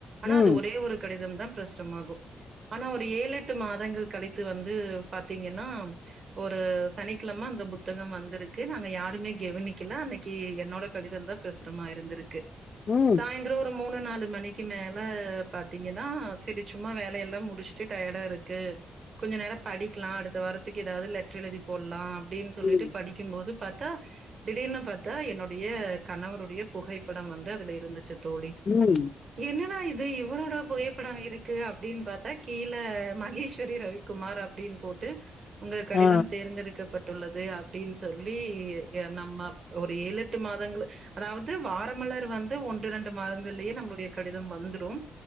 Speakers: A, on the right; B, on the left.
A: ஆனா
B: ம்
A: அது ஒரே ஒரு கடிதம்தா பிரசுரமாகு ஆனா ஒரு ஏழு எட்டு மாதங்கள் கழித்து வந்து பாத்தீங்கன்னா ஒரு சனிக்கிழம அந்த புத்தகம் வந்திருக்கு நாங்க யாருமே கெவுனிக்கல அன்னைக்கு என்னோட கடிதந்தா பிரசுரமா இருந்துருக்கு
B: ம்
A: சாய்ந்தரோ ஒரு மூனு நாலு மணிக்கு மேல பாத்தீங்கன்னா செரி சும்மா வேலயெல்லா முடிச்சுட்டு டயர்டாருக்கு கொஞ்ச நேரோ படிக்லா அடுத்த வாரத்துக்கு எதாவ்து லெட்ரு எழுதி போட்லா அப்டின் சொல்லிட்டு
B: ம்
A: படிக்கும்போது பாத்தா திடீர்னு பாத்தா என்னுடைய கணவருடைய புகைப்படம் வந்து அதுல இருந்துச்சு தோழி
B: ம்
A: என்னடா இது இவரோட புகைப்படம் இருக்கு அப்டின் பாத்தா கீழ மகேஸ்வரி ரவிக்குமார் அப் டின் போட்டு உங்க கடிதம்
B: ஆ
A: தேர்ந்தெடுக்க பட்டுள்ளது அப்டின் சொல்லி ய நம்ம ஒரு ஏழு எட்டு மாதங்ளு அதாவ்து வாரமலர் வந்து ஒன்று ரெண்டு மாதங்கள்லயே நம்ளுடைய கடிதம் வந்துடு